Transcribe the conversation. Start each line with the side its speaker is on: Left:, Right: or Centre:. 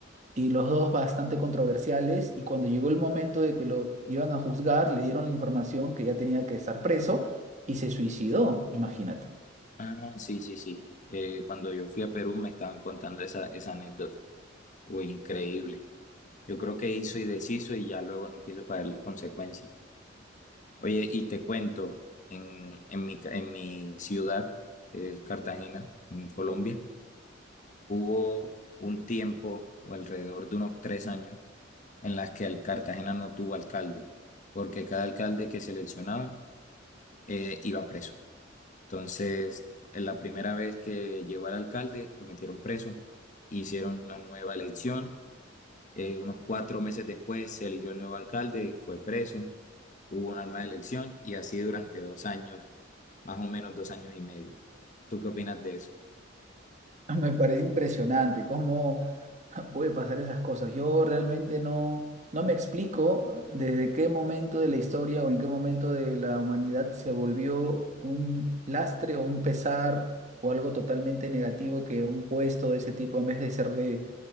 Right: y los dos bastante controversiales, y cuando llegó el momento de que lo iban a juzgar, le dieron la información que ya tenía que estar preso y se suicidó, imagínate.
Left: Ah, sí, sí, sí. Eh, cuando yo fui a Perú me estaban contando esa, esa anécdota. Uy, increíble. Yo creo que hizo y deshizo y ya luego no quiso pagar las consecuencias. Oye, y te cuento, en, en mi, ca- en mi ciudad, que es Cartagena, en Colombia, hubo un tiempo, o alrededor de unos tres años, en las que el Cartagena no tuvo alcalde, porque cada alcalde que seleccionaban eh, iba preso. Entonces, en la primera vez que llegó al alcalde, lo metieron preso, hicieron una nueva elección, eh, unos cuatro meses después se eligió el nuevo alcalde y fue preso. hubo una nueva elección y así durante dos años, más o menos dos años y medio. ¿Tú qué opinas de eso?
Right: <laughs> Me parece impresionante cómo <laughs> puede pasar esas cosas. Yo realmente no, no me explico eh, desde qué momento de la historia o en qué momento de la humanidad se volvió un lastre o un pesar o algo totalmente negativo que un puesto de ese tipo, en vez de ser de,